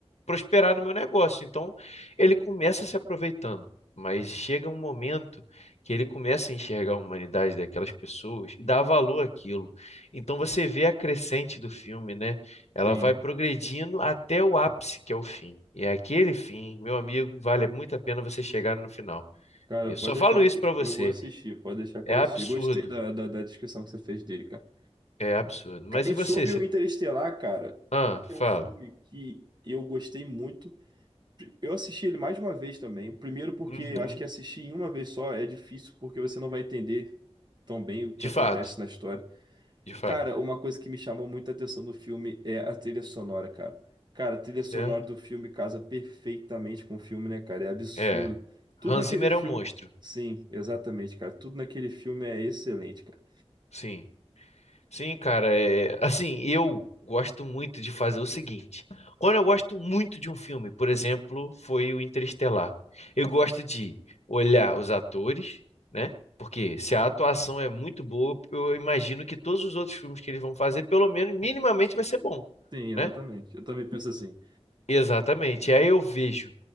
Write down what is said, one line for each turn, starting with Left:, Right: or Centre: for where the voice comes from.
Left: prosperar no meu negócio. Então ele começa se aproveitando. Mas chega um momento que ele começa a enxergar a humanidade daquelas pessoas e dá valor àquilo. Então você vê a crescente do filme, né? Ela
Right: Sim.
Left: vai progredindo até o ápice, que é o fim. E é aquele fim, meu amigo, vale muito a pena você chegar no final.
Right: Cara,
Left: Eu só
Right: pode deixar
Left: falo isso
Right: que
Left: pra você.
Right: eu vou assistir. Pode deixar que
Left: É
Right: eu vou
Left: absurdo.
Right: assistir. Gostei da, da, da descrição que você fez dele, cara.
Left: É absurdo. Mas
Right: Ca- E
Left: e você?
Right: sobre
Left: Você...
Right: o Interestelar,
Left: tá-
Right: cara,
Left: Ah,
Right: esse
Left: fala.
Right: é um filme que eu gostei muito. Eu assisti ele mais de uma vez também. Primeiro porque
Left: Uhum.
Right: eu acho que assistir em uma vez só é difícil, porque você não vai entender tão bem o que
Left: De
Right: acontece
Left: fato,
Right: na história.
Left: de fato.
Right: Cara, uma coisa que me chamou muita atenção no filme é a trilha sonora, cara. Cara, a trilha
Left: Certo.
Right: sonora do filme casa perfeitamente com o filme, né, cara? É absurdo.
Left: É.
Right: Tudo
Left: Hans
Right: naquele
Left: Zimmer
Right: filme.
Left: é um monstro.
Right: Sim, exatamente, cara. Tudo naquele filme é excelente, cara.
Left: Sim. Sim, cara, é, assim, eu gosto muito de fazer o seguinte. Quando eu gosto muito de um filme, por exemplo, foi o Interestelar. Eu gosto de olhar os atores, né? Porque se a atuação é muito boa, eu imagino que todos os outros filmes que eles vão fazer, pelo menos minimamente vai ser bom,
Right: Sim, exatamente.
Left: né?
Right: Eu também penso assim.
Left: Exatamente. E aí eu vejo